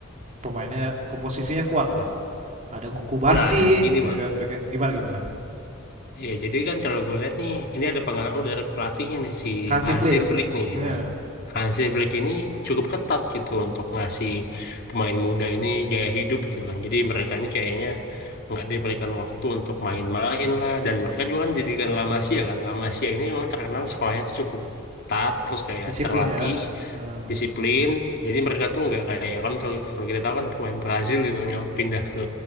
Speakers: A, on the right; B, on the left.
A: pemainnya komposisinya kuat lah. Ada Kubarsi,
B: nah, gini
A: ya
B: Bang.
A: kan, pakai gimana gimana.
B: Iya, jadi kan kalau gue lihat nih, ini ada pengaruh dari pelatihnya nih si
A: Hansi
B: Hansi
A: Flick,
B: Flick nih.
A: ya,
B: Nah, Hansi Flick ini cukup ketat gitu untuk ngasih pemain muda ini gaya hidup gitu kan. Jadi mereka ini kayaknya nggak diberikan waktu untuk main-main lah. Dan mereka juga kan didikan La Masia kan. La Masia ini memang terkenal sekolahnya tuh cukup ketat, terus kayak
A: disiplin
B: terlatih,
A: ya. Hmm.
B: disiplin. Jadi mereka tuh nggak kayak kan kalau kalau kita tahu kan pemain Brazil gitu kan yang pindah ke